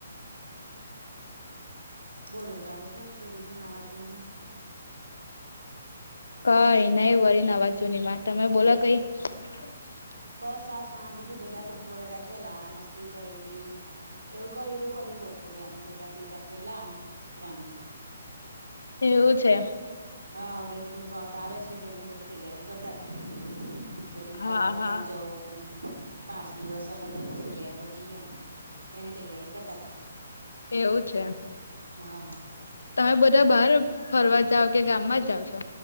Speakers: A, on the right (about 85°); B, on the left (about 75°).
A: બોલો અત્યારે શું છે. બીજું નવા જુનું.
B: કઈ નહી વરી નવા જુનામાં તમે બોલો. <inaudible>
A: બસ આ શાંતિથી બધા બપોરે બેઠેલા મસ્તી કરી. એવું કયું અરી બપોરે અમે બધા ભેગા થયેલા આમ ફ્રેન્ડ
B: એવું છે.
A: હા, આપડે પેલું વ્રત આવે છે, તો એની બધી તૈયારી કરતા તા બધે ફરવા
B: હા હા
A: ક્યાં જવું, પાંચ દિવસ અલગ-અલગ જગ્યા એ બધી અમે તો એની તૈયારી કરતા તા
B: એવું છે એમ,
A: હા
B: તમે બધા બાર ફરવા જાવ કે ગામમાં જ જાવ છો?